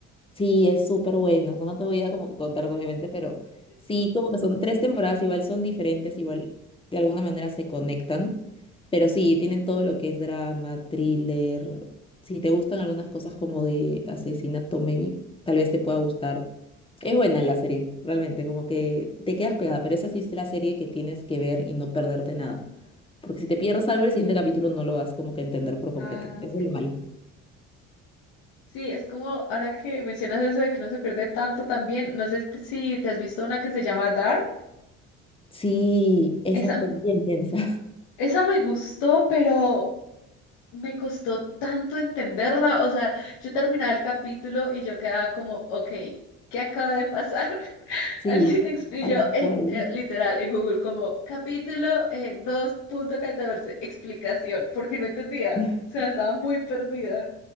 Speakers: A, on the left; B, on the left.
A: Sí, es súper bueno. No te voy a como que contar, obviamente, pero sí, como que son tres temporadas, igual son diferentes, igual de alguna manera se conectan. Pero sí, tienen todo lo que es drama, thriller. Si te gustan algunas cosas como de asesinato, maybe, tal vez te pueda gustar. Es buena la serie, realmente, como que te quedas pegada, pero esa sí es la serie que tienes que ver y no perderte nada. Porque si te pierdes algo, el siguiente capítulo no lo vas como que a entender por completo.
B: Ah,
A: Eso
B: ok.
A: es lo malo.
B: Sí, es como ahora que mencionas eso de que no se pierde tanto también, no sé si te has visto una que se llama Dark.
A: Sí, esa
B: Esa,
A: fue bien densa.
B: Esa me gustó, pero me costó tanto entenderla. O sea, yo terminaba el capítulo y yo quedaba como, ok, ¿qué acaba de pasar? <laughs>
A: Sí,
B: Alguien explicó
A: tal
B: en,
A: cual.
B: eh, literal, en Google, como capítulo eh, dos punto catorce explicación, porque no entendía.
A: <laughs>
B: O sea, estaba muy perdida.